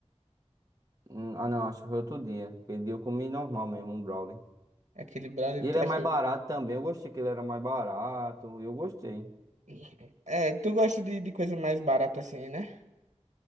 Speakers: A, on the right; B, on the right.
A: Hum, Ah, não, acho que foi outro dia. Aquele dia eu comi normal mesmo, um brownie.
B: Aquele brownie,
A: E
B: tu
A: ele é
B: achou.
A: mais barato também. Eu gostei que ele era mais barato. Eu gostei.
B: <laughs> É, tu gosta de, de coisa mais barata assim, né?